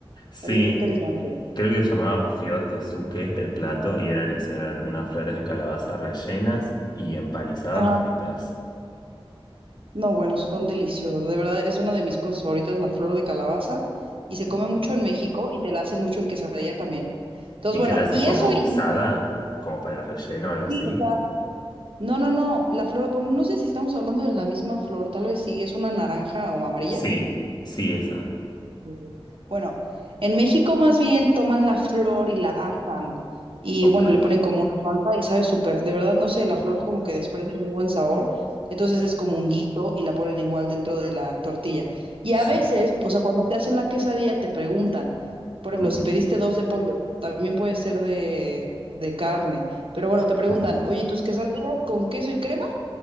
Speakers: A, on the left; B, on the right.
A: Sí,
B: Vaya, qué interesante.
A: creo que se llamaba fior de suque el plato y eran eso, eran unas flores de calabaza rellenas y empanizadas
B: Ajá.
A: fritas.
B: No, bueno, son deliciosas. De verdad, es una de mis cosas favoritas, la flor de calabaza. Y se
A: Mm.
B: come mucho en México y te la hacen mucho en quesadilla también. Entonces,
A: ¿Y
B: bueno,
A: que la hacen
B: y
A: como
B: eso
A: guisada?
B: y
A: ¿Como para relleno o algo
B: sí,
A: así?
B: o sea, no, no, no, la flor, bueno, no sé si estamos hablando de la misma flor, tal vez sí, es una naranja o amarilla.
A: Sí, sí, esa.
B: Sí. Bueno, en México más bien toman la flor y la asan y
A: Ok.
B: bueno, le ponen como una salsa y sabe súper, de verdad no sé, la
A: Wow.
B: flor como que desprende muy buen sabor, entonces
A: S-
B: es como un guiso y la ponen igual dentro de la tortilla. Y
A: s-
B: a veces, o sea, cuando te hacen la quesadilla te preguntan, por ejemplo,
A: ujú,
B: si pediste dos de pollo, también puede ser de, de carne, pero bueno, te preguntan,
A: ujú.
B: oye, ¿tus quesadillas con queso y crema